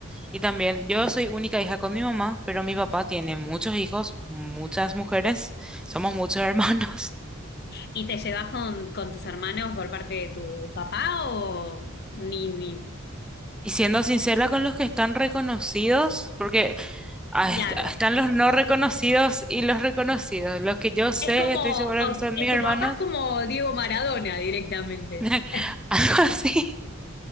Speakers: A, in the centre; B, on the left.
A: Y también, yo soy única hija con mi mamá, pero mi papá tiene muchos hijos, muchas mujeres, somos muchos hermanos. <laughs>
B: ¿Y te llevas con, con tus hermanos por parte de tu papá o ni, ni?
A: Y siendo sincera con los que están reconocidos, porque ah, est-
B: Claro.
A: ah, están los no reconocidos y los reconocidos. Los que yo sé,
B: Es como,
A: estoy segura
B: o-
A: que son
B: eh,
A: mis
B: tu
A: hermanos,
B: papá es como Diego Maradona directamente.
A: <laughs>
B: <laughs>
A: algo así.